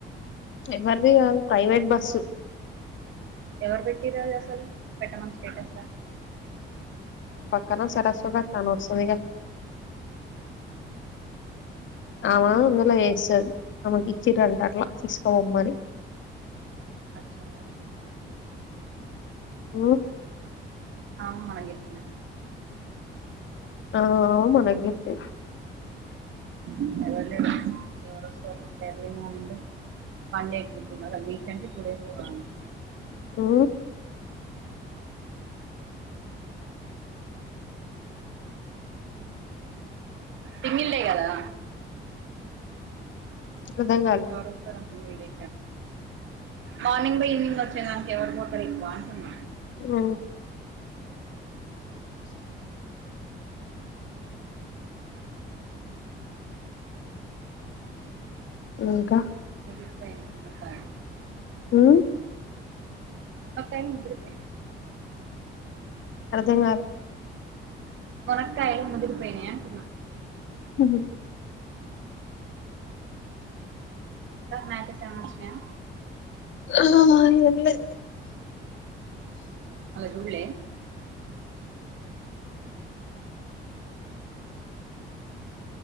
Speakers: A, on the left; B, on the right.
A: ఎవరిది గాదు ప్రైవేట్ బస్సు
B: ఎవరు పెట్టిరు అది అసలు పెట్టమని స్టేటస్
A: క్కన సరస్వతక్క అని వస్తదిగా
B: ఆ
A: ఆమ అందుల ఏసది ఆమెకిచ్చిర్రంట అట్లా తీసుకబొమ్మని
B: అచ్చ ఓకే
A: ఉ
B: ఆమ అని చెప్పిన
A: ఆ అవ్ మనకు జెప్పి
B: అ ఎవడు లేదు ఎవడొస్తాడు ఇంత early morning one day trip మల్ల బీచ్ అంటే టూ డేస్ పోవాలి
A: ఉ
B: సింగిల్ డే కదా
A: అర్థం కాలే
B: ఎవరోస్తారు ఆ సింగిల్ డే మార్నింగ్ లో ఈవినింగ్ వచ్చే దానికి ఎవరు పోతారు ఎక్కువ అంటున్న
A: ఊ ఇంకా
B: ముదిరిపోయినాయి మునకాయల్
A: ఉ
B: మునకాయలు ముదిరిపోయయ్
A: అర్థం కాల
B: మునకయాలు ముదిరిపోయినయ్ అంటున్న
A: ఉహు
B: అక్కకి మ్యాచెస్ ఏమైన వచ్చినాయా
A: ఆ ఎన్లె
B: మల్ల చూలే ఆ